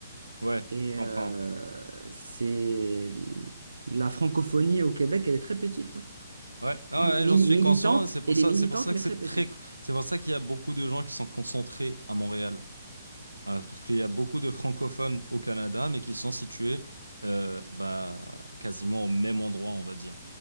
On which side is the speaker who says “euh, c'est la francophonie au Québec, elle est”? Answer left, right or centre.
Right